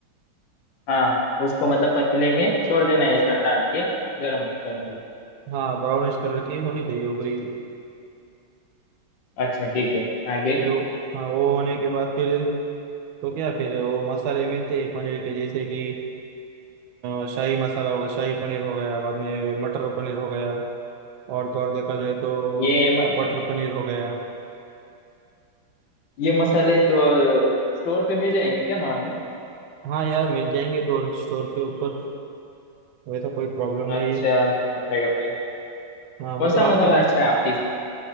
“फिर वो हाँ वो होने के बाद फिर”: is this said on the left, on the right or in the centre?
Right